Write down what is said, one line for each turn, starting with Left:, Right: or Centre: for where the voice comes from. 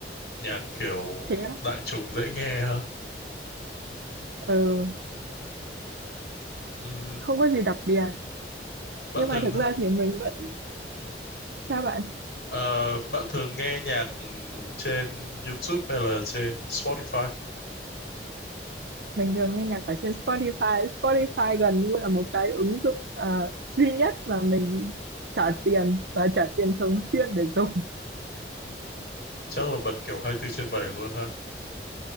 Left: Nhạc kiểu
Right: thế
Left: đại chúng dễ nghe ha.
Right: ừ,
Left: Ừ,
Right: không có gì đặc biệt
Left: bạn
Right: nhưng
Left: thường
Right: mà thực ra thì mình vẫn sao bạn
Left: ờ, bạn thường nghe nhạc ừ, trên YouTube hay là trên Spotify?
Right: mình thường nghe nhạc ở trên Spotify Spotify gần như là một cái ứng dụng ờ, duy nhất mà mình trả tiền và trả tiền thường xuyên để dùng
Left: Chắc là bật kiểu 24 trên 7 luôn ha.